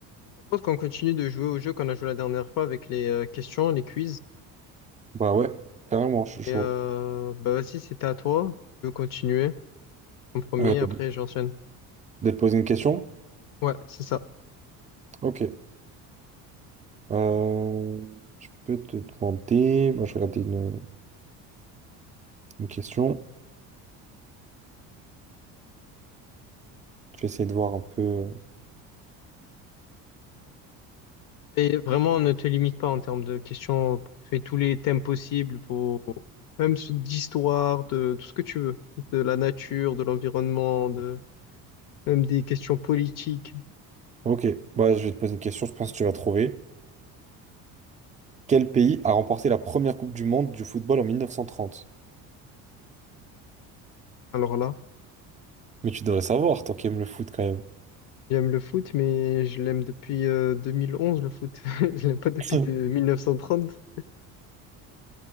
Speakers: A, on the left (about 60°); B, on the right (about 20°).
A: Je propose qu'on continue de jouer au jeu qu'on a joué la dernière fois avec les euh, questions, les quiz.
B: Bah ouais, carrément, je suis chaud.
A: Et euh, bah vas-y, c'était à toi. Je veux continuer en premier,
B: Euh,
A: après
B: de,
A: j'enchaîne.
B: de te poser une question?
A: Ouais, c'est ça.
B: Ok. Euh, je peux te demander. Moi, je vais regarder une, une question. Je vais essayer de voir un peu. euh,
A: Et vraiment, ne te limite pas en termes de questions. Fais tous les thèmes possibles, faut... même su- d'histoire, de tout ce que tu veux, de la nature, de l'environnement, de même des questions politiques.
B: Ok, bah, je vais te poser une question, je pense que tu vas trouver. Quel pays a remporté la première Coupe du Monde du football en 1930?
A: Alors là,
B: Mais tu devrais savoir, toi qui aimes le foot quand même.
A: j'aime le foot, mais je l'aime depuis euh, 2011, le foot. <laughs> Je l'aime pas depuis
B: <laughs>
A: de- 1930.